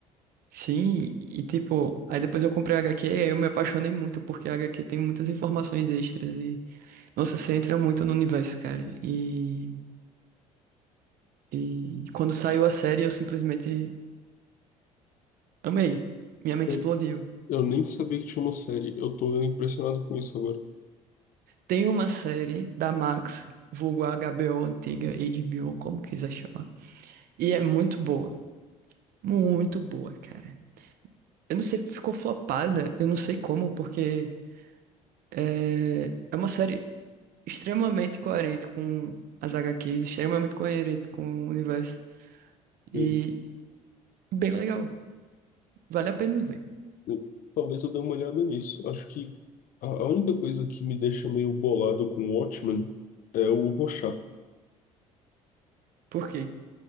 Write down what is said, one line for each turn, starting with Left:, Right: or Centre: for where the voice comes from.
Right: Sim, e tipo, aí depois eu comprei a HQ e aí eu me apaixonei muito, porque a HQ tem muitas informações extras e Nossa, você entra muito no universo, cara. E, e quando saiu a série, eu simplesmente amei. Minha mente
Left: Eu
Right: explodiu.
Left: eu nem sabia que tinha uma série. Eu tô impressionado com isso agora.
Right: Tem uma série da Max, vulgo HBO antiga, HBO, como quiser chamar. E é muito boa. Muito boa, cara. Eu não sei, ficou flopada, eu não sei como, porque é, é uma série extremamente coerente com as HQs, extremamente coerente com o universo.
Left: Eu-
Right: E bem legal. Vale a pena ver.
Left: eu- talvez eu dê uma olhada nisso. Acho que a, a única coisa que me deixa meio bolado com Watchmen é o Rorschach.
Right: Por quê?